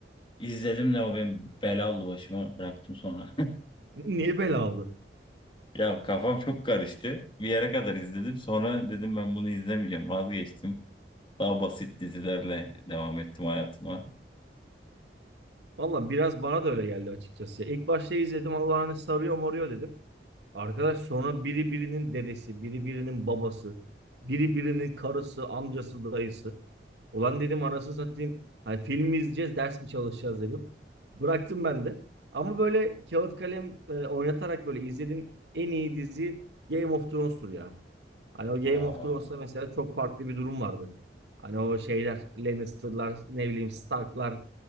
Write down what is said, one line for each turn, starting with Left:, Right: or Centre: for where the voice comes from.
Left: İzledim de o benim bela oldu başıma bıraktım sonra. <laughs>
Right: Niye bela aldı?
Left: Ya kafam çok karıştı. Bir yere kadar izledim. Sonra dedim ben bunu izlemeyeceğim. Vazgeçtim. Daha basit dizilerle devam ettim hayatıma.
Right: Valla biraz bana da öyle geldi açıkçası. İlk başta izledim Allah'ını sarıyor moruyor dedim. Arkadaş sonra biri birinin dedesi, biri birinin babası, biri birinin karısı, amcası, dayısı. Ulan dedim anasını satayım. Hani film mi izleyeceğiz, ders mi çalışacağız dedim. Bıraktım ben de. Ama böyle kağıt kalem e, oynatarak böyle izlediğim en iyi dizi Game of Thrones'tur ya. Hani o Game
Left: Aa,
Right: of Thrones'ta mesela çok farklı bir durum vardı. Hani o şeyler, Lannister'lar, ne bileyim Stark'lar.